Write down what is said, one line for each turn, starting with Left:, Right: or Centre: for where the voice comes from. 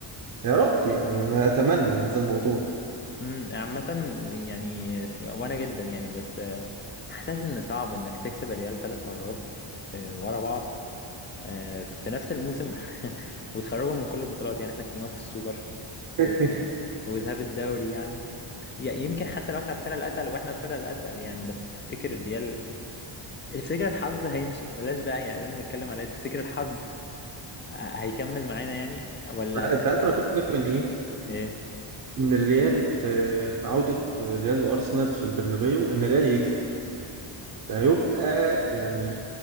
Right: يا رب يعني انا اتمنى هذا الموضوع
Left: امم عامة يعني اسمه إيه، وانا جدا يعني بس آه، حاسس ان صعب انك تكسب الريال ثلاث مرات آه، ورا بعض آه، في نفس الموسم <laughs> وتخرجهم من كل البطولات يعني احنا كسبناهم في السوبر
Right: <laughs>
Left: وذ- وذهاب الدوري يعني ي- يمكن حتى لو احنا الفرقة الاتقل واحنا الفرقة الاتقل يعني بس تفتكر الريال <laughs> تفتكر الحظ هيمشي بلاش بقى يعني لما نتكلم على الريال تفتكر الحظ <laughs> هيكمل معانا يعني ولا
Right: انت عارف انا كنت خايف من ايه
Left: ايه
Right: ان الريال في في عودة الريال وارسنال في البرنابيو ان الريال يكسب ده هيبقى يعني